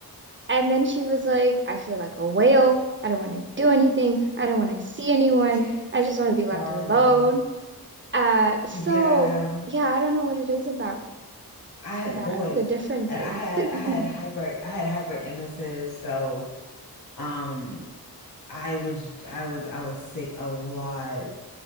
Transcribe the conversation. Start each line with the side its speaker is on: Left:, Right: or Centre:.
Right: And then she was like, I feel like a whale. I don't want to do anything. I don't want to see anyone.
Left: <laughs> it's
Right: I just want to be left
Left: horrible.
Right: alone. Uh, so,
Left: Yeah.
Right: yeah, I don't know what it is about
Left: I had
Right: that,
Left: boys.
Right: the differences.
Left: I, I had I had
Right: <laughs>
Left: hyper I had hyper emesis, so um I was I was I was sick a lot.